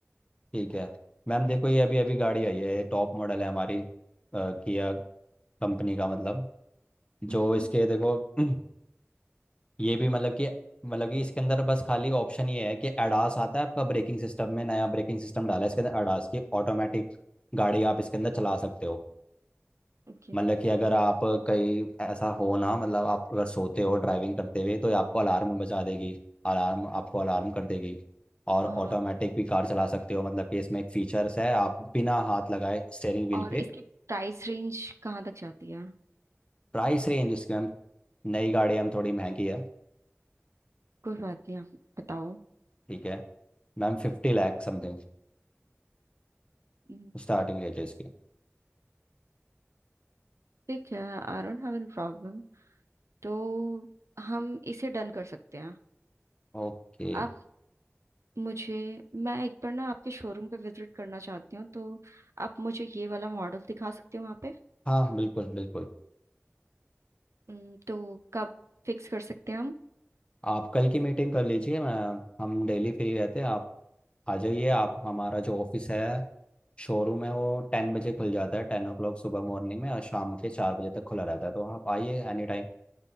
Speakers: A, on the left; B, on the right.
A: ठीक है मैम देखो ये अभी अभी गाड़ी आई है ये टॉप मॉडल है हमारी अ, किया कंपनी का मतलब जो
B: हम्म
A: इसके देखो <clears throat> ये भी मतलब कि मतलब कि इसके अंदर बस खाली ऑप्शन ये है कि एडास आता है आपका ब्रेकिंग सिस्टम में नया ब्रेकिंग सिस्टम डाला है इसके अंदर एडास की ऑटोमेटिक गाड़ी आप इसके अंदर चला सकते हो
B: ओके
A: मतलब कि अगर आप कहीं ऐसा हो ना मतलब आप अगर सोते हो ड्राइविंग करते हुए तो ये आपको अलार्म बजा देगी अलार्म आपको अलार्म कर देगी और
B: और
A: ऑटोमेटिक भी कार चला सकते हो मतलब कि इसमें एक फीचर्स है आप बिना हाथ लगाए स्टेयरिंग व्हील
B: और
A: पे
B: इसकी प्राइस रेंज कहाँ तक जाती है
A: प्राइस रेंज इसकी मैम नई गाड़ी है, मैम थोड़ी महंगी है
B: कोई बात नहीं आप बताओ
A: ठीक है ma'am फिफ्टी lakh something
B: हम्म,
A: starting range है इसकी
B: ठीक है I don't have any problem तो हम इसे डन कर सकते हैं
A: ओके
B: आप मुझे मैं एक बार ना आपके शोरूम पे विजिट करना चाहती हूँ तो आप मुझे ये वाला मॉडल दिखा सकते हो वहाँ पे
A: हाँ बिल्कुल बिल्कुल
B: हम्म, तो कब फिक्स कर सकते हैं हम
A: आप कल की मीटिंग कर लीजिए मैं हम डेली फ्री रहते हैं आप आ जाइए आप हमारा जो ऑफिस है शोरूम है वो टेन बजे खुल जाता है टेन ओ क्लॉक सुबह मॉर्निंग में और शाम के चार बजे तक खुला रहता है तो आप आइए एनी टाइम